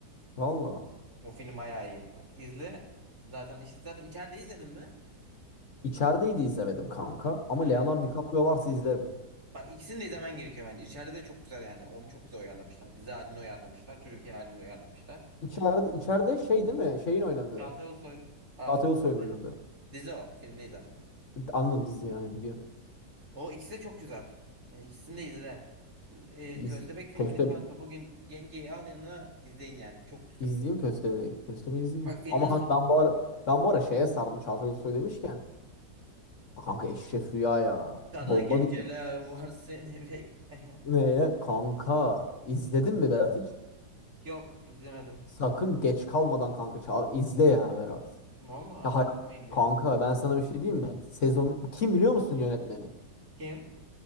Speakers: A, on the left; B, on the right.
A: Valla.
B: Bu film bayağı iyi. Bak izle. Zaten işte zaten içeride izledin mi?
A: İçerideydi izlemedim kanka. Ama
B: Ha.
A: Leonardo DiCaprio varsa izlerim.
B: Bak ikisini de izlemen gerekiyor bence. İçeride de çok güzel yani. Onu çok güzel uyarlamışlar. Dizi halini uyarlamışlar. Türkiye halini uyarlamışlar.
A: İçeride, içeride şey değil mi? Şeyin oynadığı.
B: Çağatay Ulusoy. az-
A: Çağatay Ulusoy'un oynadığı.
B: Dizi o. Film değil zaten.
A: Anladım dizi yani biliyorum.
B: O ikisi de çok güzel. Yani ikisini de izle. Ee,
A: İz,
B: Köstebek filmini
A: Köste,
B: kanka bugün yengeyi al yanına izleyin yani. Çok güzel.
A: izleyeyim Köstebeği. Köstebeği izleyeyim.
B: Bak filmin
A: Ama
B: sonu.
A: kanka ben bu ara, ben bu ara şeye sardım Çağatay Ulusoy demişken. Kanka Eşref Rüya ya.
B: Kara
A: Bomba
B: geceler
A: bir <laughs>
B: var seni <laughs> bekleyen.
A: neye? Kanka izledin mi Berat hiç?
B: Yok izlemedim.
A: Sakın geç kalmadan kanka çal izle ya Berat.
B: Vallahi
A: Ya hay-
B: çok mu iyi diyorsun?
A: kanka ben sana bir şey diyeyim mi? Sezonu kim biliyor musun yönetmeni?
B: Kim?